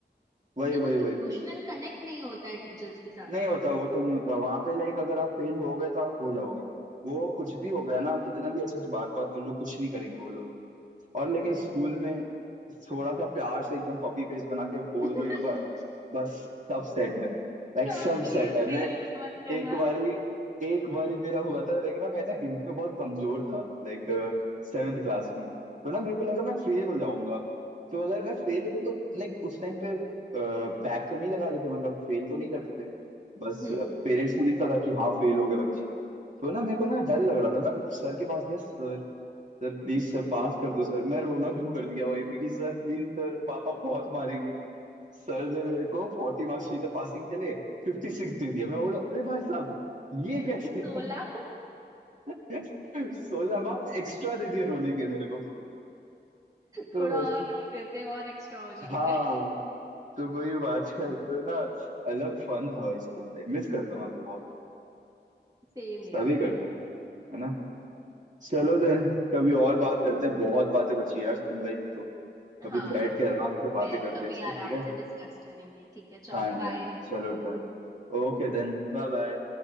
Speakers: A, on the right; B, on the right.
A: वही
B: मतलब
A: वही
B: वो इमोशनल
A: वही वही
B: कनेक्ट नहीं होता है टीचर्स के साथ
A: नहीं होता वो तो नहीं होता वहां पे लाइक अगर आप फेल हो गए तो आप हो जाओगे वो कुछ भी हो गया ना कितना भी अच्छे से बात बात कर लो कुछ नहीं करेंगे वो लोग और लेकिन
B: ये
A: स्कूल में थोड़ा सा प्यार से एकदम पपी फेस बना के बोल
B: <laughs>
A: दो एक बार बस सब सेट है लाइक
B: मैम
A: सब
B: प्लीज
A: सेट है
B: फेल
A: मैं
B: मत करना
A: एक बारी एक बारी मेरा हुआ था लेकिन ना मैं ना हिंदी में बहुत कमजोर था लाइक सेवेंथ क्लास में तो ना मेरे को लगा मैं फेल हो जाऊंगा तो अगर मैं फेल होता तो लाइक उस टाइम पे बैक तो नहीं लगाते थे मतलब फेल तो नहीं करते थे बस
B: हम्म
A: पेरेंट्स को दिखता था कि हाँ फेल हो गया बच्चा तो ना मेरे को ना डर लग रहा था मैं सर के पास गया sir sir please sir pass कर दो सर मैं रोना शुरू कर दिया वहीं पे कि सर प्लीज सर पापा बहुत मारेंगे सर ने मेरे को फोर्टी मार्क्स चाहिए था पासिंग के लिए फिफ्टी सिक्स दे दिया मैं बोला अरे भाई साहब ये कैसे
B: सोलह
A: <laughs> सोलह मार्क्स एक्स्ट्रा दे दिए रोने के मेरे को तो
B: थोड़ा और रो देते और एक्स्ट्रा हो जाते
A: हाँ तो वही बात है तो ना अलग फन था स्कूल लाइफ मिस करता हूँ तो बहुत
B: Same
A: सभी
B: year
A: करते हैं है ना चलो देन कभी और बात करते हैं बहुत बातें बची यार स्कूल लाइफ है तो कभी
B: हाँ
A: बैठ के आराम से बातें
B: फिर
A: करते
B: कभी
A: हैं इस पे
B: आराम
A: ठीक है
B: से डिस्कस करेंगे ठीक है चलो
A: हाँ जी
B: बाय
A: हाँ जी चलो done Okay then bye bye